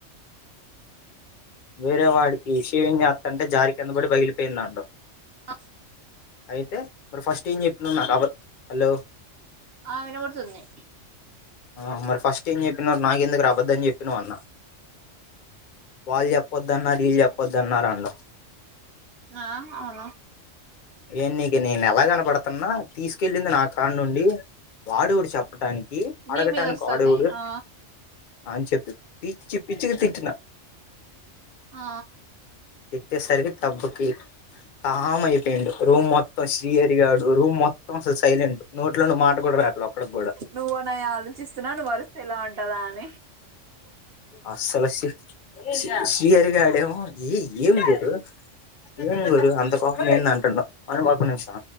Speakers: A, on the left (about 50°); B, on the right (about 55°).
A: వేరే వాడికి షేవింగ్ చెత్త అంటే జారి కిందపడి బగిలిపోయిందంట
B: ఆ
A: అయితే మరి ఫస్ట్ ఏం చెప్పినావు నాకు అబద్ధం హలో
B: ఆ వినబడుతుంది
A: ఆ మరి ఫస్ట్ ఏం చెప్పిన నాకు ఎందుకురా అబద్ధం చెప్పినవ్ అన్నావ్ వాళ్ళు చెప్పొద్దన్నారు ఈలూ చెప్పొద్దు అన్నారన్నావ్
B: ఆ అవును
A: ఏ నీకు నేను ఎలా కనపడుతున్నా తీసుకెళ్ళింది నా కాడ నుండి వాడెవడు చెప్పటానికి
B: నీ
A: అడగటానికి
B: మీద వస్తది
A: వాడెవడు
B: ఆ
A: అని చెప్పి పిచ్చి పిచ్చిగా తి ట్టిన
B: ఆ
A: ఇచ్చేసరికి తబ్బకి కామ్ అయిపో యిండు రూమ్ మొత్తం శ్రీహరి గాడు రూమ్ మొత్తం అసలు సైలెంట్ నోట్లో నుండి మాట కూడా రాట్లే ఒక్కడికి కూడా
B: నువ్వు అన్నయ్య ఆలోచిస్తున్నా నువ్వు అరుస్తే ఎలా ఉంట కదా అనే
A: అస్సలుసి శ్రీహరి గాడు ఏమో ఏ ఏం గురు ఏం గురు అంత కోపం ఏంది అని అంటుండు అను అగు ఒక నిమిషం